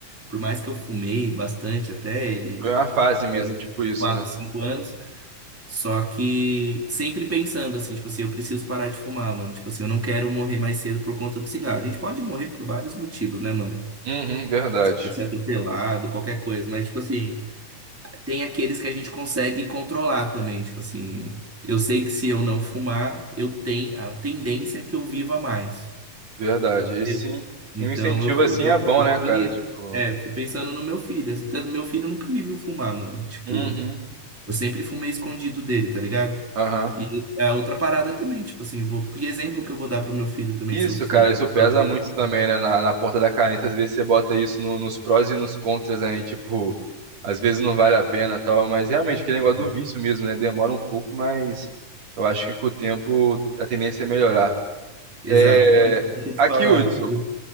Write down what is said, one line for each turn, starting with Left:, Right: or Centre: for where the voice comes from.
Centre: por mais que eu fumei bastante até ele,
Right: Foi uma fase mesmo,
Centre: agora,
Right: tipo
Centre: por
Right: isso,
Centre: quatro,
Right: né?
Centre: cinco anos, só que sempre pensando assim, tipo assim, eu preciso parar de fumar, mano. Tipo assim, eu não quero morrer mais cedo por conta do cigarro. A gente pode morrer por vários motivos, né, mano?
Right: Uhum, verdade.
Centre: Você pode ser atropelado, qualquer coisa, mas, tipo assim, tem aqueles que a gente consegue controlar também, tipo assim. Eu sei que se eu não fumar, eu tenho a tendência é que eu viva mais.
Right: Verdade.
Centre: Deu.
Right: Esse in-
Centre: Então
Right: e um incentivo
Centre: eu,
Right: assim
Centre: eu,
Right: é bom,
Centre: eu
Right: né,
Centre: fui
Right: cara?
Centre: nisso.
Right: Tipo.
Centre: É, fui pensando no meu filho. Assim, tanto meu filho nunca me viu fumar, mano. Tipo,
Right: Uhum.
Centre: eu sempre fumei escondido dele, tá ligado?
Right: Aham.
Centre: E a outra parada também, tipo assim, eu vou, que exemplo que eu vou dar pro meu filho também
Right: Isso,
Centre: se eu fumo?
Right: cara, isso pesa
Centre: Ah, pra ele
Right: muito também,
Centre: não
Right: né? Na, na ponta da caneta, às vezes você bota isso no- nos prós e nos contras, né? E, tipo, às vezes não vale a pena e tal. Mas realmente, aquele negócio
Centre: fumar.
Right: do vício mesmo, né? Demora um pouco, mas eu acho que com o tempo a tendência é melhorar.
Centre: Exato.
Right: É...
Centre: Mano, deixa eu te
Right: Aqui,
Centre: falar.
Right: Hudson,
Centre: eu-